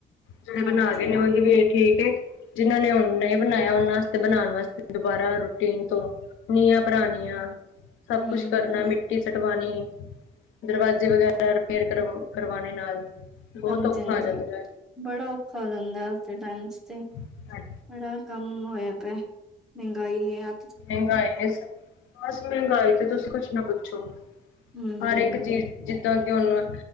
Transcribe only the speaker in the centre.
ਹਾਂਜੀ
ਹੂੰ,
ਹੂੰ,
ਹਾਂਜੀ
ਹਾਂਜੀ‌,
ਬੜਾ ਔਖਾ ਹੋਂ। ਜਾਂਦਾ ਅੱਜ ਦੇ ਟਾਈਮ ਚ ਤੇ
ਬੜਾ ਕਮ ਹੋਇਆ ਪਇਆ ਮਹਿੰਗਾਈ ਨੇ ਆ
ਹੂੰ,